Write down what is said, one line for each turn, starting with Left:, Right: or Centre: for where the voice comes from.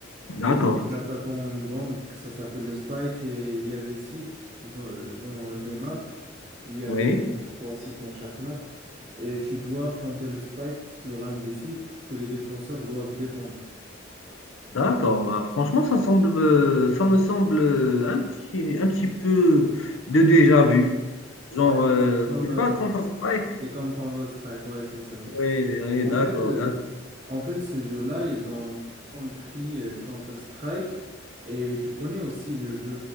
Left: d'accord.
Right: Et les attaquants ont une bombe, que ça s'appelle le Spike, et il y a des sites dans, dans les maps. Il y a
Left: Oui,
Right: deux, trois sites dans chaque map. Et tu dois planter le Spike sur un des sites que les défenseurs doivent défendre.
Left: d'accord. Ah, Franchement, ça semble, euh, ça me semble euh, un petit, un petit peu de déjà vu. Genre,
Right: Ouais,
Left: euh,
Right: c'est comme,
Left: c'est
Right: euh,
Left: pas Counter-Strike?
Right: c'est comme Counter-Strike. Ouais, c'est ça, c'est ça.
Left: Oui, oui,
Right: En
Left: d'accord,
Right: fait, euh,
Left: d'accord.
Right: en fait, ce jeu-là, ils ont compris euh, Counter-Strike. Et tu connais aussi le jeu